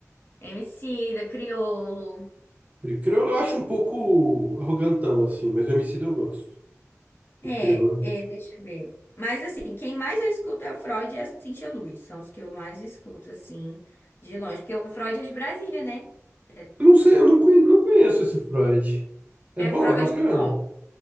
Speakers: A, on the left; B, on the right.
A: MC, Criolo.
B: Pri- Criolo eu acho um pouco arrogantão, assim, mas o Emicida eu gosto. O
A: É,
B: Criolo.
A: é, deixa eu ver. Mas assim, quem mais eu escuto é o Freud e a Cintia Luz. São os que eu mais escuto, assim, de longe. Porque o Freud é de Brasília, né? É, tipo
B: Eu não sei,
A: assim,
B: eu não, conhe- não conheço esse Freud. É
A: é
B: bom,
A: Freud
B: é bacana?
A: com O.